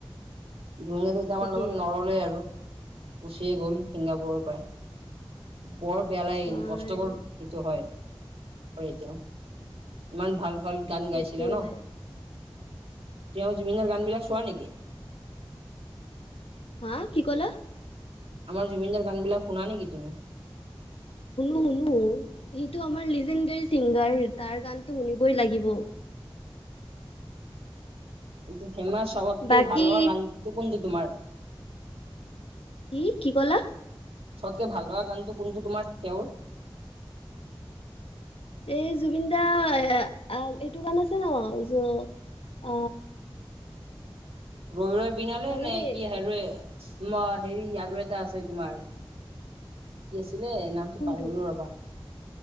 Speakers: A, on the right; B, on the left.
A: দুনীয়াত এতিয়া
B: ঠিকেই
A: আমাৰ লগত নৰ'লেই আৰু গুচিয়েই গ'ল ছিংগাপুৰৰ পৰাই। বৰ বেয়া লাগে,
B: হয়
A: কিন্তু কষ্টকৰ সেইটো হয়। পৰে এতিয়াও, ইমান ভাল-ভাল গান
B: সেইটোৱে
A: গাইছিলে ন? তুমিও জুবিনৰ গানবিলাক চোৱা নেকি?
B: হা, কি ক'লা?
A: আমাৰ জুবিনদাৰ গানবিলাক শুনা নেকি তুমি?
B: শুনোঁ, শুনোঁ। সিটো আমাৰ লিজেণ্ডেৰী ছিংগাৰ, তাৰ গানটো শুনিবই লাগিব।
A: কিন্তু ফেমাছ, চবতকে
B: বাকী
A: ভাল লগা গানটো কোনটো তোমাৰ?
B: কি, কি ক'লা?
A: চবতকে ভাল লগা গানটো কোনটো তোমাৰ তেওঁৰ?
B: এই জুবিন দাৰ এইটো গান আছে ন', য আ
A: ৰৈ ৰৈ বিনালে
B: আৰে
A: নে কি? হে, ৰৈ মই হেৰি, আৰু এটা আছে তোমাৰ কি আছিলে? নাম এইটো
B: কোনটো
A: পাহৰিলোঁ ৰবা